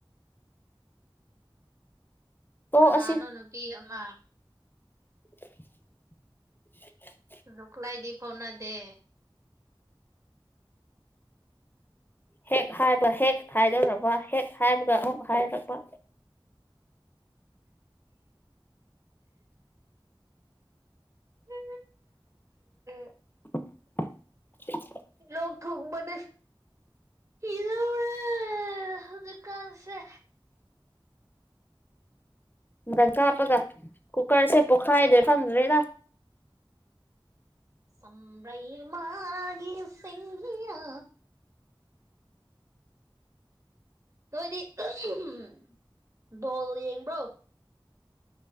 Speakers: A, on the left; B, on the right.
A: ꯇꯣꯛꯑꯁꯤ
B: ꯀꯅꯥꯅꯣ ꯅꯨꯄꯤ ꯑꯃ
A: <unintelligible>
B: ꯑꯗꯨ ꯈꯨꯂꯥꯏꯗꯤ ꯐꯥꯎꯅꯗꯦ
A: ꯍꯦꯛ ꯍꯥꯏꯕ ꯍꯦꯛ ꯍꯥꯏꯗꯧꯔꯕ ꯍꯦꯛ ꯍꯥꯏꯕꯒ ꯑꯃꯨꯛ ꯍꯥꯏꯔꯛꯄ
B: ꯎ <inaudible>
A: ꯑ <inaudible>
B: ꯂꯣꯛ ꯊꯨꯡꯕꯅꯦ ꯁꯤꯗꯧꯔꯦ ꯍꯧꯖꯤꯛ ꯀꯥꯟꯁꯦ
A: ꯗꯒ ꯀꯥꯞꯄꯒ ꯀꯨꯀꯔꯁꯦ ꯄꯨꯈꯥꯏꯗ ꯈꯪꯗ꯭ꯔꯦꯗ
B: ꯁꯝꯕ꯭ꯔꯩ ꯃꯥꯅꯒꯤ ꯆꯤꯡꯍꯤꯅꯥ ꯅꯣꯏꯗꯤ ꯑꯍꯝ ꯕꯣꯜ ꯌꯦꯡꯕ꯭ꯔꯣ